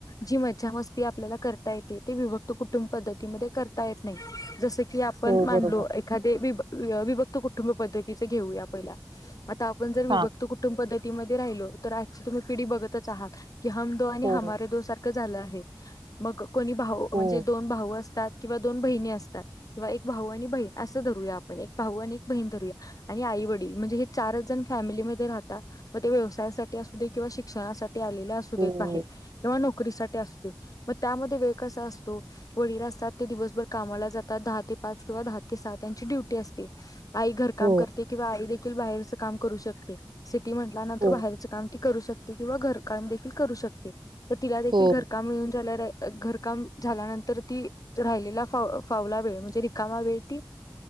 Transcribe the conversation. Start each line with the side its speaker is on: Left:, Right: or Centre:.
Left: जी मज्जा मस्ती आपल्याला करता येते ते विभक्त कुटुंब पद्धती करता येत नाही जस क क आपण
Right: हो
Left: माांडलो
Right: बरोबर
Left: एखादे विभक्त कुटुंब पद्धतीचे घेऊ या पहिला आता आपण जर विभक्त
Right: हा
Left: कुटुंब पद्धतीमध्ये राहिलो तर आजची तुम्ही पिढी बघतच आहात कि हम दो आणि
Right: हो
Left: हमारे दो सारखं झालं मग कोणी भाऊ
Right: हो
Left: म्हणजे दोन भाऊ असतात किंवा दोन बहिणी असतात किंवा एक भाऊ आणि बहीण असं धरूया आपण एक भाऊ आणि एक बहीण धरूया आणि आई वडील म्हणजे हे चारच जण फॅमिलीमध्येध्ये राहतात मग ते व्यवसायासाठी असू दे किंवा शिक्षणासाठी आलेले असु
Right: हो
Left: देत बाहेर किंवा नोक <unintelligible> असुदे म त्यामध्ये वेळ असतो वडील असतात ते दिवसभर कामाला जातात दहा ते पाच किंवा दहा ते स त्यांची ड्युटी असते आई घर काम
Right: हो
Left: करते किंवा आई दे बाहेरच काम करू शकते सिटी म्हटल्या नंतर
Right: हो
Left: बाहेरच काम करू शकते किंवा घरकाम देखील करू शकते तर तिला देखील
Right: हो
Left: घरकाम मिळूनन झाल्या र आहे घरकाम झाल्यानंतर ती राहिलेला फ फावला वेळ म्हणजे रिकामा वेळ ती